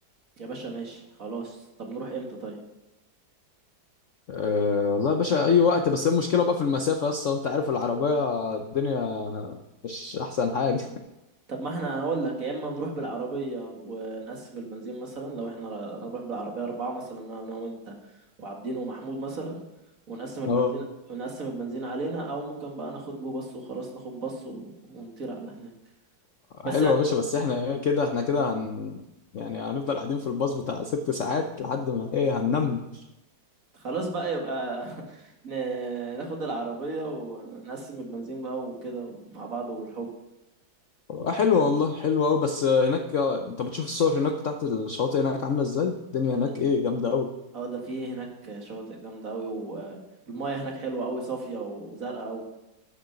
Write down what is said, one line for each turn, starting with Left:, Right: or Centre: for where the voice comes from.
Right: يا باشا ماشي خلاص طب نروح امتى طيب
Left: أه والله يا باشا اي وقت بس هي المشكله بقى في المسافه اصلا وانت عارف العربيه الدنيا مش احسن حاجه
Right: طب ما احنا هنقول لك يا اما نروح بالعربيه ونقسم البنزين مثلا لو احنا ر- هنروح بالعربيه اربعه مثلا انا أنا وانت وعابدين ومحمود مثلا ونقسم
Left: <laughs>
Right: البنزين
Left: اه
Right: ونقسم البنزين علينا او ممكن بقى ناخد جو باص وخلاص ناخد باص و- ونطير على هناك بس
Left: حلوه
Right: ه-
Left: يا باشا بس احنا ايه كده احنا كده هن يعني هنفضل قاعدين في الباص بتاع ست ساعات لحد ما ايه هننام
Right: خلاص بقى يبقى <laughs> ن- ناخد العربيه ونقسم البنزين بقى وكده مع بعض وبالحب
Left: آه، حلو والله حلو قوي بس آه، هناك آه، انت بتشوف الصور هناك بتاعت الشواطئ هناك عامله ازاي الدنيا
Right: اه
Left: هناك
Right: ده
Left: ايه جامده قوي
Right: اه ده في هناك شواطئ جامده قوي والمياه هناك حلوه قوي صافيه وزرقاء قوي